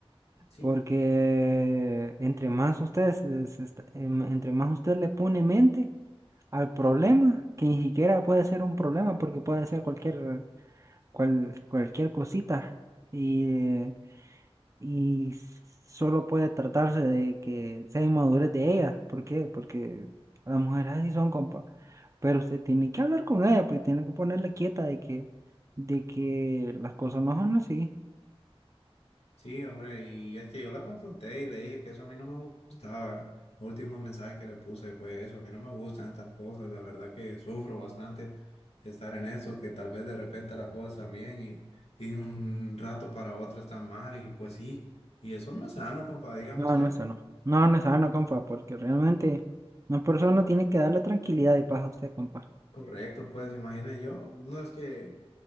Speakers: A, on the left; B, on the right.
A: Sí,
B: Porque entre más usted, se- se está- em- entre más usted le pone mente al problema, que ni siquiera puede ser un problema, porque puede ser cualquier, cual- cualquier cosita, y, eh, y solo puede tratarse de que sea inmadurez de ella. ¿Por qué? Porque las mujeres así son, compa. Pero usted tiene que hablar con ella, pues tiene que ponerle quieta de que, de que las cosas no son así.
A: Sí, hombre, y es que yo la confronté y le dije que eso a mí no me gustaba. Los últimos mensajes que le puse fue eso, a mí no me gustan estas cosas, la verdad que sufro bastante estar en eso, que tal vez de repente las cosas están bien y, y de un rato para otro están mal y pues sí, y eso no es sano, compa, dígame
B: No,
A: usted.
B: el nuestro no. No, el nuestro no, compa, porque realmente una persona tiene que darle tranquilidad y paz a usted, compa.
A: Correcto, pues imagine yo, no es que,